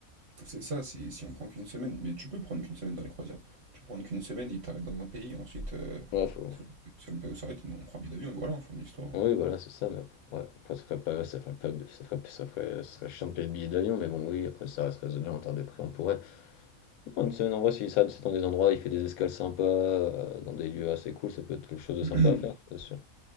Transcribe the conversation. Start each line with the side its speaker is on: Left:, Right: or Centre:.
Right: C'est ça, si, si on prend qu'une semaine. Mais tu peux prendre qu'une semaine dans les croisières. Tu peux prendre qu'une semaine, ils t'arrêtent dans un pays, ensuite, euh,
Left: Ouais, faut...
Right: si on, si on le paye, on s'arrête, nous, on prend un billet d'avion, et voilà, fin de l'histoire.
Left: Oui, voilà, c'est ça. Mais... Ouais, après, ça ferait pas... ça ferait pas... ça ferait... ça ferait... ça serait chiant de payer le billet d'avion. Mais bon, oui, après, ça reste raisonnable en termes de prix. On pourrait. Non, une semaine en vrai, s'il s'arrête c'est dans des endroits, il fait des escales sympas, euh, dans des lieux assez cool, ça peut être quelque chose de
Right: <clears throat>
Left: sympa à faire, c'est sûr.